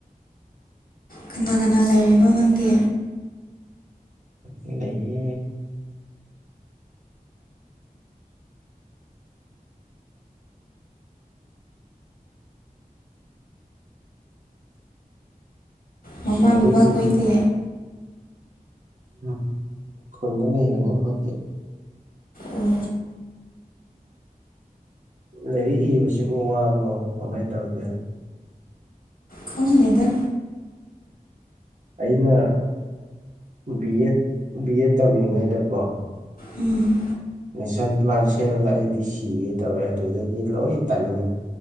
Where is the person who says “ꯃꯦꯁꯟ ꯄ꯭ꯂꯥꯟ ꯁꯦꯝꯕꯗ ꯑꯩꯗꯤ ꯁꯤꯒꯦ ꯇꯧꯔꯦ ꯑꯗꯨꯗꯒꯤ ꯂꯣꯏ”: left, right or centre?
Right